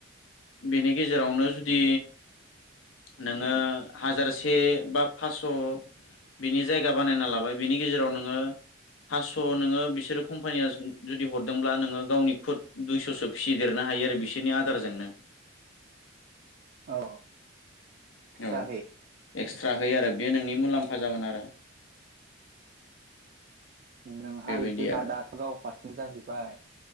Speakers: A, on the left (about 80°); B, on the right (about 45°).
A: बेनि गेजेरावनो जुदि नोङो हाजारसे बा फास्स' बिनि जायगा बानायना लाबाय बिनि गेजेराव नोङो फासस' नोङो बिसोरो कम्पानिया जुदि हरदोंब्ला नोङो गावनि खुद दुइस'सो फिसिदेरना हायो आरो बिसोरनि आदारजोंनो
B: औ जाहै
A: औ एक्सट्रा होयो आरो बे नोंनि मुलाम्फा जागोन आरो
B: नोंहा
A: बेबायदि
B: बि
A: आरो
B: दाथ' गाव फारसेन जाहैबाय